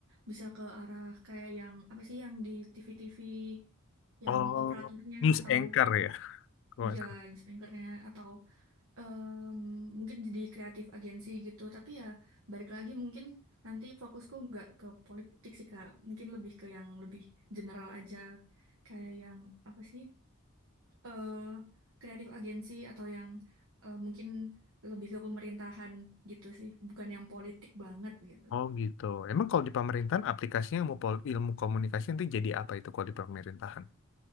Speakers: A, on the right; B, on the left.
A: bisa ke arah kayak yang apa sih yang di TV-TV yang
B: Oh,
A: operatornya
B: news
A: atau
B: anchor ya. Kalau
A: iya,
B: nggak salah.
A: news anchor-nya atau Em, mungkin jadi kreatif agensi gitu tapi ya balik lagi mungkin nanti fokusku nggak ke politik sih Kak mungkin lebih ke yang lebih general aja kayak yang apa sih eh kreatif agensi atau yang eh, mungkin lebih ke pemerintahan gitu sih bukan yang politik banget gitu
B: Oh gitu. Emang kalau di pemerintahan aplikasinya ilmu, pol- ilmu komunikasi nanti jadi apa itu kalau di pemerintahan?